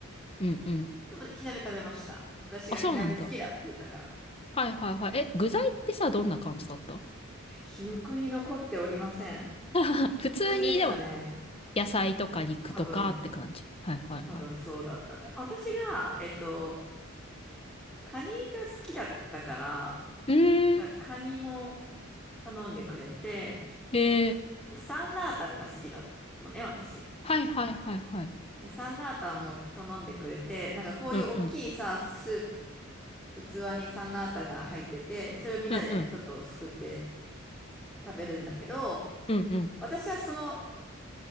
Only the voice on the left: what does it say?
うんうん。
あ、そうなんだ。はいはいはい。え、
具材ってさ、どんな感じだった
<laughs> 普通にでも
野菜とか肉とかって感じ。
はいはいはい。
ええ
ええ
はいはいはいはい。
うんうん。
うんうん。
うんうん。